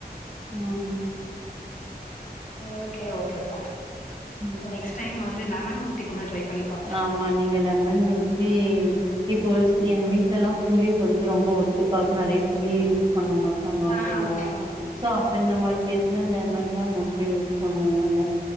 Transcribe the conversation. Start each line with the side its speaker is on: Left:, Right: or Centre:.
Right: ம்
Left: ஓகே ஓகேப்பா
Right: ம்
Left: நெக்ஸ்ட் டைம் வந்து லெமன் ஊத்தி கூட ட்ரை பண்ணி பாக்கலா
Right: ஆமா நீங்க லெமன் ஊத்தி இப்போ எங்க வீட்லேல்லா புளி வந்து ரொம்ப ஒத்துக்காது நறைய புளி பண்ணமாட்டாங்க ஓகேவா
Left: ஆ ஆ
Right: சோ அப்ப இந்த மாதிரி பேஸ் வீட்ல லெமன் தா மோஸ்லி யூஸ் பண்ணுவோ நாங்க